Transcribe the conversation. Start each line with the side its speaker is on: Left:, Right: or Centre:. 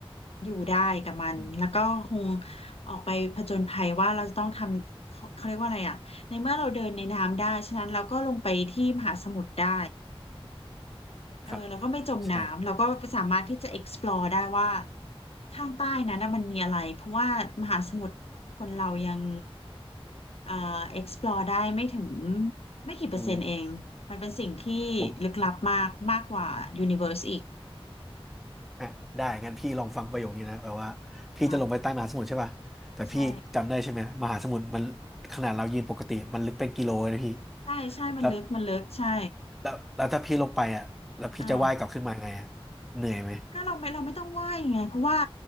Left: อยู่ได้กับมันแล้วก็คง
Centre: อืม
Left: ออกไปผจญภัยว่าเราจะต้องทำเขาเขาเรียกว่าอะไรอ่ะในเมื่อเราเดินในน้ำได้ฉะนั้นเราก็ลงไปที่มหาสมุทรได้ เออเราก็ไม่จมน้ำเราก็สามารถที่จะ
Centre: ครับใช่
Left: explore ได้ว่าข้างใต้นั้นนะมันมีอะไรเพราะว่ามหาสมุทรคนเรายังเอ่อ explore ได้ไม่ถึงไม่กี่เปอร์เซ็นต์เองมันเป็นสิ่งที่ลึกลับมากมากกว่า
Centre: อูผม
Left: universe อีก
Centre: อ่ะได้งั้นพี่ลองฟังประโยคนี้นะแบบว่าพี่จะลงไปใต้มหาสมุทรใช่ป่ะแต่พี่จำได้ใช่ไหมมหาสมุทรมันขนาดเรายืนปกติมันลึกเป็นกิโลเลยนะพี่
Left: ครับใช่ใช่ใช่มันลึกมันลึกใช่
Centre: แล้วแล้วแล้วถ้าพี่ลงไปอ่ะแล้วพี่จะว่ายกลับขึ้นมาไงอ่ะ
Left: อ่า
Centre: เหนื่อยไหม
Left: ก็เราไม่เราไม่ต้องว่ายไงเพราะว่า